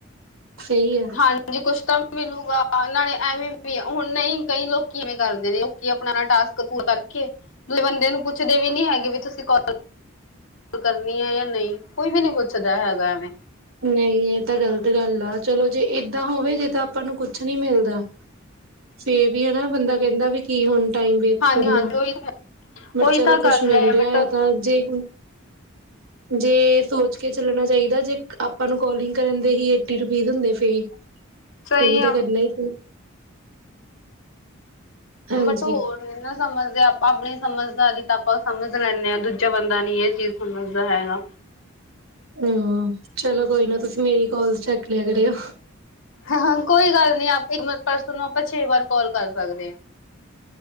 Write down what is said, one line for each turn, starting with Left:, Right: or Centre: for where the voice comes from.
Right: ਸਹੀ ਹੈ
Left: ਹਾਂਜੀ। ਕੁਛ ਤਾਂ ਮਿਲੂਗਾ। ਨਾਲੇ ਐਵੇਂ ਵੀ ਹੁਣ ਨਹੀਂ, ਕਈ ਲੋਕ ਕਿਵੇਂ ਕਰਦੇ ਨੇ? ਲੋਕ ਆਪਣਾ ਟਾਸਕ ਪੂਰਾ ਕਰਕੇ ਬੰਦੇ ਨੂੰ ਪੁੱਛਦੇ ਵੀ ਨੀ, ਹੈਗੇ ਵੀ ਤੁਸੀਂ ਕੋਲ ਕਰਨੀ ਹੈ ਜਾਂ ਨਹੀਂ? ਕੋਈ ਵੀ ਨੀ ਪੁੱਛਦਾ, ਹੈਗਾ ਐਵੇਂ।
Right: ਨਹੀਂ, ਇਹ ਤਾਂ ਗ਼ਲਤ ਗੱਲ ਆ। ਚਲੋ ਜੇ ਏਦਾਂ ਹੋਵੇ ਜੇ ਤਾਂ ਆਪਾਂ ਨੂੰ ਕੁਛ ਨੀ ਮਿਲਦਾ। ਫੇਹ ਵੀ ਹਨ ਨਾ? ਬੰਦਾ ਕਹਿੰਦਾ ਵੀ ਕੀ, ਹੁਣ ਟਾਈਮ ਵੇਸਟ
Left: ਹਾਂਜੀ
Right: ਕਰਨਾ।
Left: ਹਾਂਜੀ ਉਹੀ
Right: ਬਟ
Left: ਉਹੀ
Right: ਚਲੋ
Left: ਤਾਂ
Right: ਕੁਛ
Left: ਗੱਲ
Right: ਮਿਲ
Left: ਹੈ
Right: ਰਿਹਾ
Left: ਬਟ
Right: ਆ ਤਾਂ ਜੇ ਜੇ ਸੋਚ ਕੇ ਚੱਲਣਾ ਚਾਹੀਦਾ ਜੇ ਆਪਾਂ ਨੂੰ ਕਾਲਿੰਗ ਕਰਨ ਦੇ ਹੀ ਏਟੀ ਰੁਪੀਦ ਹੁੰਦੇ ਫੇ ਇਹ
Left: ਸਹੀ
Right: ਵੀ ਤਾਂ
Left: ਆ
Right: ਕਰਨਾ ਹੀ ਸੀ ਹਾਂਜੀ
Left: ਬਟ ਹੋਰ ਨ ਨਾ ਸਮਝਦੇ ਆਪਾਂ ਆਪਣੀ ਸਮਝਦਾ ਨੀ ਤਾਂ ਆਪਾਂ ਸਮਝ ਲੈਂਦੇ ਹਾਂ। ਦੂਜਾ ਬੰਦਾ ਨੀ ਇਹ ਚੀਜ਼ ਸਮਝਦਾ ਹੈਗਾ।
Right: ਹੂੰ। ਚਲੋ ਕੋਈ ਨਾ, ਤੁਸੀਂ ਮੇਰੀ ਕਾਲਸ ਚੱਕ ਲਿਆ ਕਰਿਓ।
Left: ਹਹ। ਕੋਈ ਗੱਲ ਨੀ <unintelligible> ਪਰਸਨ ਨੂੰ ਆਪਾਂ ਛੇ ਵਾਰ ਕਾਲ ਕਰ ਸਕਦੇ ਹ।